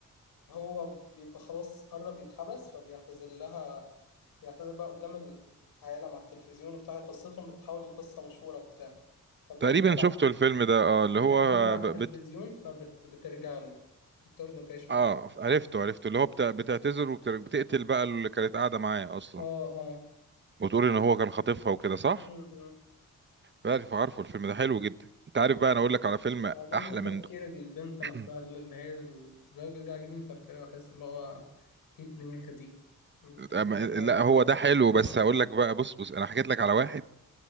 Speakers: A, on the left (about 85°); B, on the right (about 35°).
A: هو بيبقى خلاص قرب يتحبس فبيعتذر لها بيعتذر بقى قدام العالم على التلفزيون وبتاع قصتهم بتتحول لقصة مشهورة وبتاع فبيعتذر
B: تقريبا شفته
A: ع-
B: الفيلم ده اه اللي
A: بيعتذر
B: هو
A: على
B: ب-
A: التلفزيون
B: بت...
A: فبترجع له بترضى تعيش معاه
B: اه عرفته عرفته اللي هو بتا... بتعتذر وبتقتل بقى اللي كانت قاعده معاه اصلا
A: اه اه
B: وتقول ان هو كان خاطفها وكده صح
A: امم
B: عارف عارفه الفيلم ده حلو جدا انت عارف بقى انا اقول لك على فيلم
A: عاجبني
B: احلى
A: تفكير
B: من ده
A: البنت نفسها
B: <clears throat>
A: اللي هي الزوجة دي عاجبني تفكيرها بحس اللي هو ايه الدماغ دي انت دماغك
B: أما-
A: عايزة
B: لا هو ده حلو
A: تتقدر
B: بس هقول لك بقى بص بص انا حكيت لك على واحد